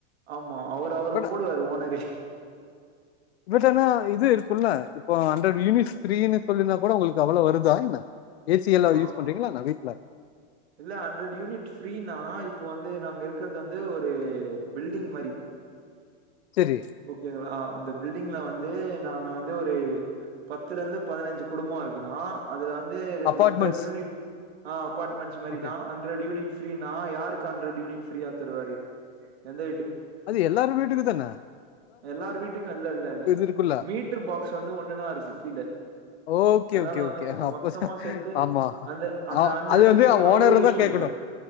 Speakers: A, on the right; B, on the left.
A: ஆமா அவரு அவரு
B: ஆனா
A: போடுவாரு ஓனரு
B: இப்பதான இது இருக்குல்ல இப்போ ஹண்ட்ரட் யூனிட்ஸ் ஃப்ரீனு சொல்லீனா கூட உங்களுக்கு அவ்வளோ வருதா என்ன ஏ சி எல்லா
A: ஆ
B: யூஸ் பண்றீங்களா என்ன வீட்டுல
A: இல்ல ஹண்ட்ரட் யூனிட் ஃப்ரீனா இப்போ வந்து நாங்க இருக்கிறது வந்து ஒரு பில்டிங் மாரி
B: சரி
A: ஓகேங்களா அந்த பில்டிங்ல வந்து நாங்க வந்து ஒ ரு பத்துல இருந்து பதினைஞ்சு குடும்போ இருக்குணு அதுல வந்து வந்து
B: அபார்ட்மெண்ட்ஸ்
A: ஹண்ட்ரட் யூனிட் ஆஹ அப்பாட்மென்ஸ் மாரிதா
B: ஓகே
A: ஹண்டர் யூனிட் ஃப்ரீனா யாருக்கு அண்ட்ரட் யூனிட் ஃப்ரியா தருவாரு எந்த
B: அது எல்லாரு வீட்டுக்கு தானா
A: எல்லாரு வீட்டுக்கு‌ இல்ல இல்ல இல்ல
B: இருக்குல்ல
A: மீட்டர் பாக்ஸ் வந்து ஒன்னுதா இருக்கு கீழ
B: ஓகே
A: அதனால
B: ஓகே
A: வந்து
B: ஓகே அப்ப
A: மொத்தமா சேர்த்து
B: ஆமா
A: அந்த அந்த
B: ஆ
A: ஹண்ட்ரட்
B: அது
A: யூனிட்ட்
B: வந்து
A: அவரே
B: ஓனர
A: யூஸ்
B: தா
A: பண்ணிப்பாரு
B: கேக்கணு